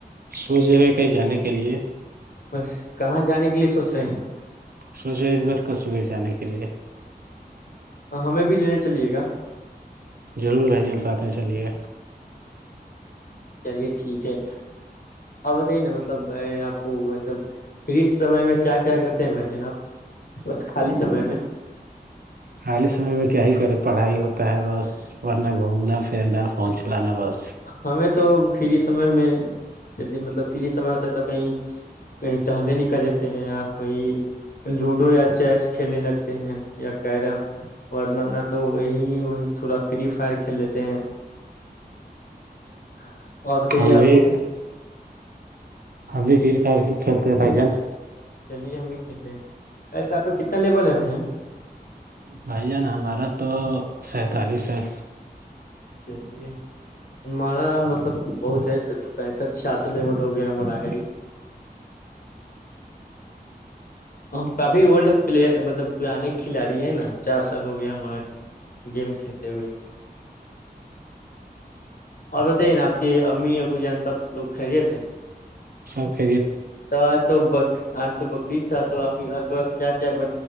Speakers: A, on the right (about 65°); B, on the left (about 60°).
A: سوچ رہے ہیں کہیں جانے کے لیے
B: بس کہاں جانے کے لیے سوچ رہے ہیں
A: سوچ رہے اس بار کشمیر جانے کے لیے
B: ہمیں بھی لینے چلیے گا
A: ضرور بھ جان ساتھ میں چلیے
B: چلیے ٹھیک ہے آپ بتائیے نا مطلب آپ کو مطلب پھر اس سمے میں کیا کیا کرتے ہیں بھائی جان آپ خالی سمئے میں
A: خالی سمے میں کیا ہی کرے پڑھائی ہوتا ہے بس ورنہ گھومنا پھرنا پہنچ چلانا بس
B: ہمیں تو فری سمے میں مطلب فری سمے ہوتا ہے تو کہیں کہیں ٹہلنے نکل جاتے ہیں یا کوئی لوڈو یا چیس کھیلنے لگتے ہیں یا کیرم ورنہ نہ تو وہی تھوڑا فری فائر کھیل لیتے ہیں <inaudible> اور بتائیے
A: ہم
B: آپ
A: بھی
B: کو
A: ہم بھی فری فائر کھیلتے پائی جاانا
B: چلیے ہم بھی کھیلتے ہیں ایسے آپ کو کتنا لیبول ہے بھ جن
A: بھائی جان ہمارا تو سینتالیس ہے
B: چلیے ہمارا مطلب بہت ہے پینسٹ سھیاسٹ لیبول ہو گیا ہماراری ہم کافی وولڈ پلیئر مطلب پرانے کھلاڑی ہیں نا چار سال ہو گیا ہمارا گیم کھیلتے ہوئے اور بتائیے نا آپ کے امی ابو جان سب لوگ کھیلے تھے
A: سوک
B: تو آ تو بک آج تو بک ف تھا تو آپ کے گھر پ کیا کیا ب